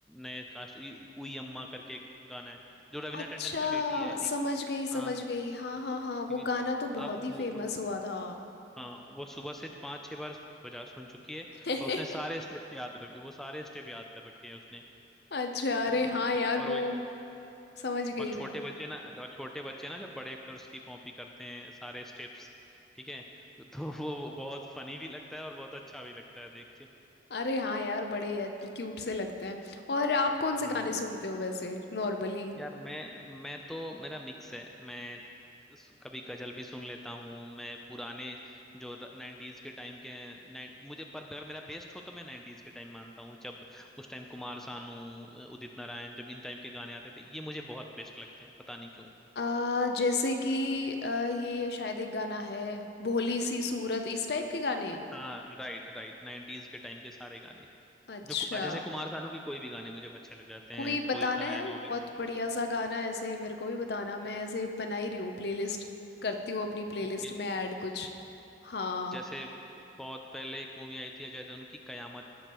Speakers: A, in the centre; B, on the left.
A: नए कास्ट इ- उई अम्मा करके एक गाना है जो रवीना
B: अच्छा
A: टंडन की बेटी है आई थिंक
B: समझ गई समझ
A: हाँ
B: गई हाँ हाँ हाँ वो
A: ठीक है
B: गाना तो बहुत
A: अब
B: ही
A: वो
B: फेमस हुआ था
A: हाँ वो सुबह से पांच छह बार बजा सुन चुकी है
B: <laughs>
A: और उसने सारे स्टेप्स याद रखे वो सारे स्टेप याद कर रखे हैं उसने
B: अच्छा अरे
A: हाँ, ठीक
B: हाँ यार
A: है और वो
B: वो समझ गई
A: और छोटे बच्चे ना और छोटे बच्चे ना जब बड़े एक्टर्स की कॉपी करते हैं सारे स्टेप्स ठीक है <laughs> तो वो वो बहुत फनी भी लगता है और बहुत अच्छा भी लगता है देख के
B: अरे हाँ यार बड़े क्यूट से लगते हैं और आप कौन से
A: हम्म
B: गाने सुनते हो वैसे नॉर्मली
A: यार मैं मैं तो मेरा मिक्स है मैं स- कभी गजल भी सुन लेता हूँ मैं पुराने जो नाइन्टीज के टाइम के हैं नाइन- मुझे पर अगर मेरा बेस्ट हो तो मैं नाइन्टीज के टाइम मानता हूँ जब उस टाइम कुमार सानू अ, उदित नारायण जब इन टाइम के गाने आते थे ये मुझे बहुत बेस्ट लगते हैं पता नहीं क्यों
B: आ, जैसे कि आ, ये शायद एक गाना है भोली सी सूरत इस टाइप के गाने
A: हाँ राइट राइट नाइन्टीज के टाइम के सारे गाने
B: अच्छा
A: जो कु- जैसे कुमार सानू की कोई भी गाने मुझे अच्छे लग जाते
B: कोई
A: हैं
B: बताना
A: उदित नारायण
B: यार
A: हो
B: बहुत
A: गए
B: बढ़िया सा गाना है, ऐसे मेरे को भी बताना मैं ऐसे बना ही रही हूँ प्लेलिस्ट करती हूँ अपनी प्लेलिस्ट
A: ओके
B: में ऐड कुछ हाँ
A: जैसे बहुत पहले एक मूवी आई थी अजय देवगन की कयामत